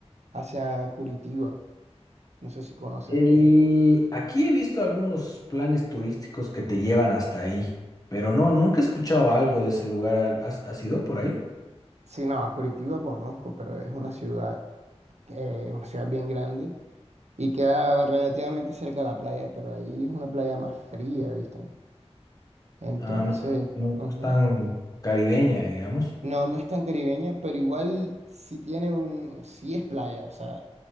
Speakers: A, on the right; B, on the left.
A: hacia Curitiba, no sé si conoces.
B: El, aquí he visto algunos planes turísticos que te llevan hasta ahí, pero no, nunca he escuchado algo de ese lugar. Al- ¿Has, has ido por ahí?
A: Sí, no, a Curitiba conozco, pero es una ciudad, eh, una ciudad bien grande y queda relativamente cerca de la playa, pero ahí es una playa más fría, ¿viste? Entonces,
B: Ah, no, no, no
A: ujú.
B: es tan caribeña, digamos.
A: No, no es tan caribeña, pero igual sí tiene un, sí es playa, o sea,